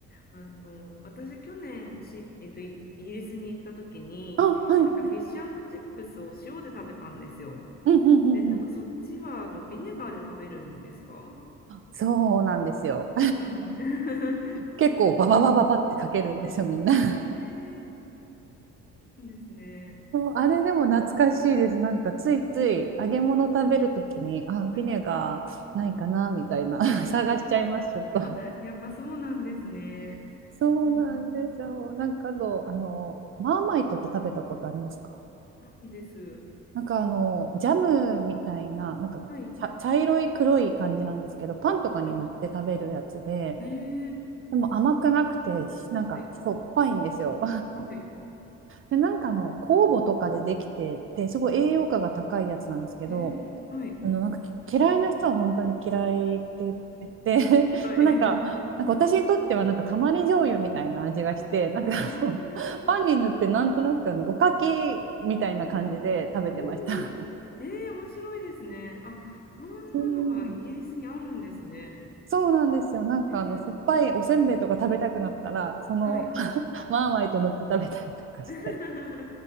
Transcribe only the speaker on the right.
あはい
うんうんうんうん
そうなんですよ
結構バババババってかけるんですよみんな
<laughs>
あれでも懐かしいですなんかついつい揚げ物食べるときにあビネガーないかなみたいな
<laughs>
探しちゃいますちょっと
そうなんですよなんかどうあのマーマイトって食べたことありますか
なんかあのジャムみたいななんか茶茶色い黒い感じなんですけどパンとかに塗って食べるやつで
でも甘くなくてなんかしょっぱいんですよ
で、なんかあの酵母とかでできてて、すごい栄養価が高いやつなんですけど、
あのなんか嫌いな人は本当に嫌いって言ってで <laughs>
なんか、
なんか私にとってはなんかたまり醤油みたいな味がして、なんかあのパンに塗ってなんとなくあのおかきみたいな感じで食べてました。
うん。そうなんですよ。なんかあの酸っぱいおせんべいとか食べたくなったら、
その
<laughs> マーマイト塗って食べたりとかして。